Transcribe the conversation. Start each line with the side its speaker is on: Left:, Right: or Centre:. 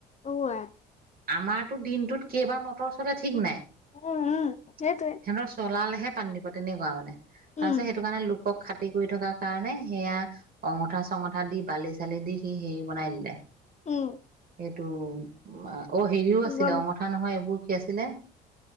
Left: অহ ওৱাই
Right: আমাৰটো দিনটোত কেইবাৰ মটৰ চলে ঠিক নাই।
Left: উম উম সেইটোৱে
Right: সিহঁতৰ চলালে হে পানী দিব তেনেকুৱা মানে তাৰপিছত
Left: উম
Right: সেইটো কাৰণে লোকক খাটি খাটিৰ কৰি থকাৰ কাৰণে সেয়া অঙঠা চঙঠা দি বালি চালি দি সি হেৰি বনাই দিলে
Left: উম
Right: সেইটো মা অ হেৰিও আছিলে
Left: গম
Right: অঙঠা নহয় এইবোৰ কি আছিলে